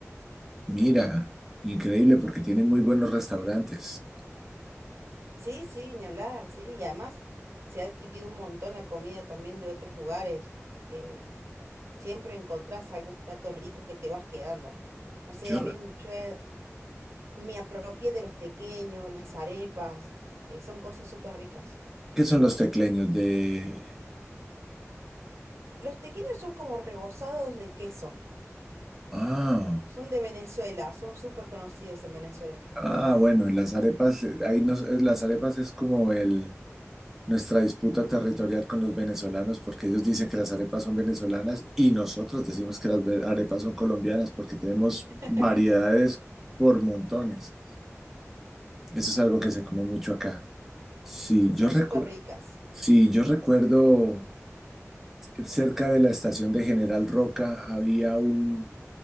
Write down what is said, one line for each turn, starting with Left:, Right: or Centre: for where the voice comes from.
Centre: Mira, increíble porque tienen muy buenos restaurantes.
Right: Sí, sí, ni hablar, sí, y además se ha adquirido un montón la comida también de otros lugares. eh, siempre encontrás algún plato rico que te vas quedando. No sé,
Centre: Yo,
Right: a
Centre: re-
Right: mí yo he Me apropié de los tequeños, las arepas, eh, son cosas súper ricas.
Centre: ¿qué son los tecleños de...
Right: Los tequeños son como rebozados de queso,
Centre: Ah,
Right: son de Venezuela, son súper conocidos en Venezuela.
Centre: ah, bueno, en las arepas, eh, ahí nos, eh, las arepas es como el, nuestra disputa territorial con los venezolanos porque ellos dicen que las arepas son venezolanas y nosotros decimos que las ve- arepas son colombianas porque tenemos
Right: <laughs>
Centre: variedades por montones. Eso es algo que se come mucho acá. Sí,
Right: Son
Centre: yo recuerdo,
Right: súper ricas.
Centre: sí, yo recuerdo. Cerca de la estación de General Roca había un,